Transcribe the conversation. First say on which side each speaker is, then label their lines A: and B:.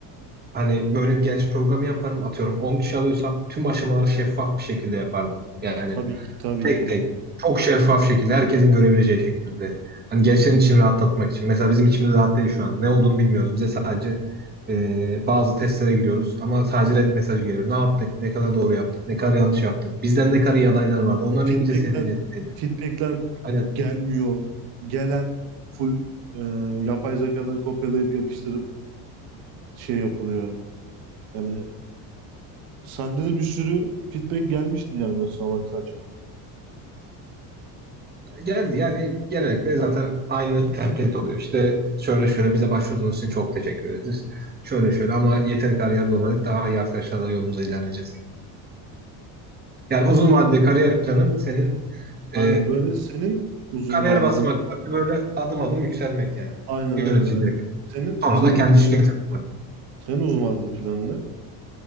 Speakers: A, on the right; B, on the right.
A: hani böyle bir genç programı yaparım atıyorum 10 kişi alıyorsam tüm aşamaları şeffaf bir şekilde yapardım. Yani
B: Tabii ki, tabii
A: Tek
B: ki.
A: tek. Çok şeffaf şekilde, herkesin görebileceği şekilde. Hani gençlerin içini rahatlatmak için. Mesela bizim içimiz rahat değil şu an. Ne olduğunu bilmiyoruz. Bize sadece e, bazı testlere giriyoruz ama sadece red mesajı geliyor. Ne yaptık? Ne kadar doğru yaptık? Ne kadar yanlış yaptık? Bizden ne kadar iyi adaylar vardı? Onların
B: Feedbackler,
A: İngilizce seviyesindeydi.
B: feedbackler
A: Aynen.
B: gelmiyor. Gelen full ee, yapay zekadan kopyalayıp yapıştırıp şey yapılıyor. Yani sende de bir sürü feedback gelmişti yani böyle salak saçma.
A: Geldi yani genellikle zaten aynı template oluyor. İşte şöyle şöyle bize başvurduğunuz için çok teşekkür ederiz. Şöyle şöyle ama yeteri kariyer bulamadık. Daha iyi arkadaşlarla yolumuza ilerleyeceğiz. Yani uzun vadede kariyer planın senin
B: Aynen
A: e,
B: böyle senin uzun
A: Kariyer
B: vadeli
A: basamakları böyle adım adım yükselmek yani.
B: aynen
A: Yöneticiye
B: aynen aynen.
A: kadar.
B: Senin
A: Sonra
B: senin
A: da kendi
B: u-
A: şirketi kurmak.
B: senin uzun vadeli planın ne?